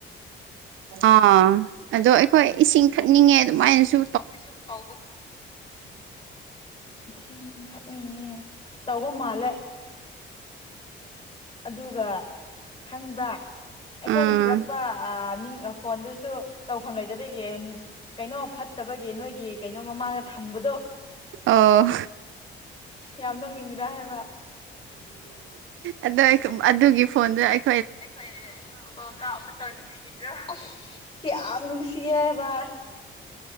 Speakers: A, on the right; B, on the left.
A: ꯑꯥ ꯑꯗꯣ ꯑꯩꯈꯣꯏ ꯏꯁꯤꯡ ꯊꯛꯅꯤꯡꯉꯦ ꯑꯗꯨꯃꯥꯏꯅꯁꯨ
B: ꯑꯁꯨ ꯇꯧꯕꯒꯨꯝ ꯏꯁꯤꯡ ꯊꯛꯅꯤꯡꯉꯦ ꯇꯧꯕ ꯃꯥꯜꯂꯦ ꯑꯗꯨꯒ ꯈꯪꯕ꯭ꯔꯥ
A: ꯑꯥ
B: ꯑꯩꯈꯣꯏꯅ ꯄꯨꯔꯛꯄ ꯑꯥ ꯃꯤꯡ ꯐꯣꯟꯗꯨꯁꯨ ꯇꯧꯐꯝ ꯂꯩꯗꯕꯤꯒꯤ ꯀꯩꯅꯣ ꯐꯠꯇꯕꯒꯤ ꯅꯣꯏꯒꯤ ꯀꯩꯅꯣ ꯃꯃꯥꯡꯗ ꯊꯝꯕꯗꯣ
A: ꯑꯥꯎ
B: ꯌꯥꯝ ꯅꯣꯡꯅꯤꯡꯗ꯭ꯔꯥ ꯍꯥꯏꯕ
A: ꯑꯗꯣ ꯑꯗꯨꯒꯤ ꯐꯣꯟꯗ ꯑꯩ
B: ꯑꯩꯈꯣꯏꯅ ꯐꯣꯇꯣ ꯀꯥꯞꯄꯗꯣ ꯅꯨꯡꯁꯤꯗ꯭ꯔꯣ ꯑꯁ ꯌꯥꯝ ꯅꯨꯡꯁꯤꯌꯦ ꯚꯥꯏ